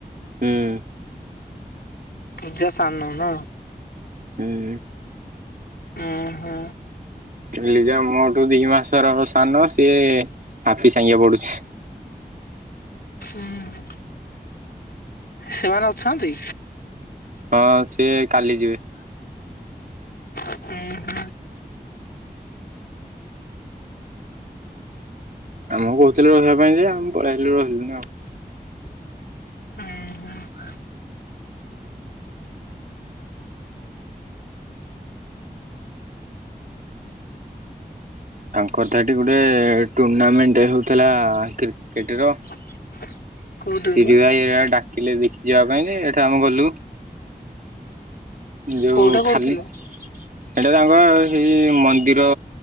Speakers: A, on the right (about 60°); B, on the left (about 80°).
A: ହୁଁ।
B: ପୂଜା ସାନ ନା।
A: ହୁଁ।
B: ଉଁ ହୁଁ।
A: ଲିଜା ମୋଠୁ ଦି ମାସର ହବ ସାନ ସିଏ ହାପି ସାଙ୍ଗେ ପଡୁଛି।
B: ହୁଁ। ସେମାନେ ଅଛନ୍ତି।
A: ହଁ ସିଏ କାଲି ଯିବେ।
B: ଉଁ ହୁଁ।
A: ଆମକୁ କହୁଥିଲେ ରହିବା ପାଇଁ ଯେ ଆମେ ପଳେଇଲେ ରହିଲୁନି ଆଉ।
B: ଉଁ ହୁଁ।
A: ତାଙ୍କର ତ ଏଠି ଗୋଟେ ଟୁର୍ଣ୍ଣାମେଣ୍ଟ ହେଉଥିଲା କ୍ରିକେଟ ର।
B: <unintelligible>
A: ସିରି
B: ମ
A: ଭାଇ ଘରିକା ଡାକିଲେ ଦେଖି ଯିବା ପାଇଁ ଯେ ଏଠୁ ଆମେ ଗଲୁ। ଯୋଉ
B: କୋଉଠା କରୁଥିଲେ
A: ଖାଲି ସେଟା ତାଙ୍କ ସେଇ ମନ୍ଦିର।